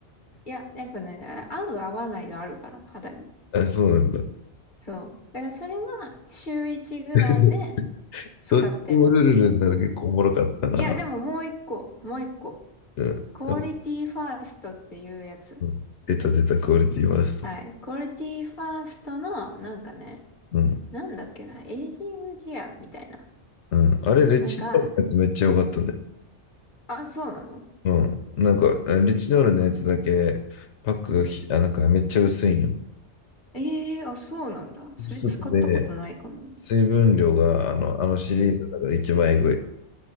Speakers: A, on the left; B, on the left.
A: いや、やっぱね、合う合わないがあるから、肌に。
B: あ、そうなんだ。
A: そう。だからそれは週1ぐらいで
B: <laughs>
A: 使ってんの。
B: どっちもルルルになる結構おもろかったな。
A: いや、でももう一個、もう一個。
B: うん。
A: クオリティファーストっていうやつ。
B: うん出た出たクオリティワースト。
A: はい。クオリティファーストの、なんかね、
B: うん。
A: なんだっけな、エイジングケアみたいな。
B: うん。あれ、レッチリのやつめっちゃ良かったね。
A: なんか、あ、そうなの
B: うん。なんか、リチノールのやつだけ、パックがひ、あ、なんかめっちゃ薄いんよ。
A: ええー、あ、そうなんだ。それ使ったことないかも。
B: 薄くて水分量が、あの、あのシリーズのかで一番えぐい。
A: うん。